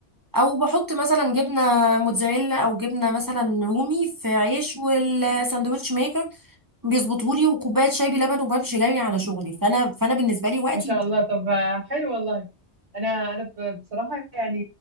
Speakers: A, on the right; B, on the right.
A: او بحط مثلا جبنه موتزاريلا او جبنه مثلا رومي في عيش والساندوتش ميكر بيظبطهولي وكوبايه شاي بلبن وبمشي جري على شغلي فانا فانا بالنسبه لي وقتي
B: ما شاء
A: مش
B: الله طب آه، حلو والله انا انا ب- بصراحه يعني